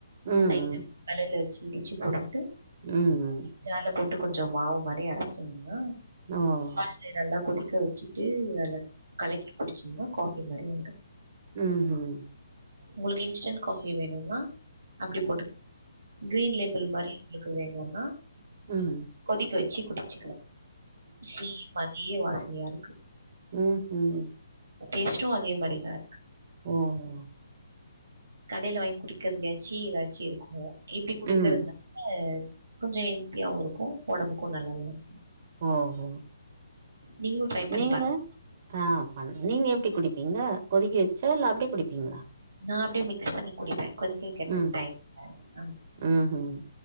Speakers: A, on the right; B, on the right.
A: ம்.
B: லைட்டா
A: ம்.
B: கலர்ல வச்சுட் இடிச்சு போட்டுட்டு
A: ம் ம்
B: ஜார்ல போட்டு கொஞ்ச மாவு மாரி அரச்சிங்னா
A: ஓ ஓ
B: ல்ல நல்லா கொதிக்க வச்சுட்டு அதுல கலெக்கி குடிச்சிங்கன்னா காஃபி நெறையா வரு
A: ம் ஹும்
B: உங்களுக்கு இன்ஸ்டன்ட் காஃபி வேணுன்னா அப்டி போட்டு கிரீன் லேபுள் மாரி உங்ளுக்கு வேணுன்னா
A: ம்
B: கொதிக்க வச்சு குடிச்சுக்லா சேம் அதே வாசனையா இருக்கு
A: ம் ஹும்
B: டேஸ்ட்டு அதே மாரிதா இருக்கு
A: ஓ ஓ
B: கடையில வாங்கி குடிக்கற்துலையாச்சி எதாச்சு இருக்குமோ இப்டி குடிக்கிறதுனால
A: ம்.
B: இல்ல கொஞ்ச ஹெல்த்தியாவு இருக்கு ஒடம்புக்கு நல்லாதா இருக்கு
A: ஓ ஹோ
B: நீங்களும் ட்ரை பண்ணி
A: நீங்க
B: பாருங்க.
A: ஆ பண் நீங்க எப்டி குடிப்பீங்க கொதிக்க வச்சா இல்ல அப்டியே குடிப்பீங்களா
B: நா அப்டியே மிக்ஸ் பண்ணி குடிப்பே கொதிக்க வெக்கிறதுக்கு
A: ம்.
B: டைம் இல்ல
A: ம் ஹும்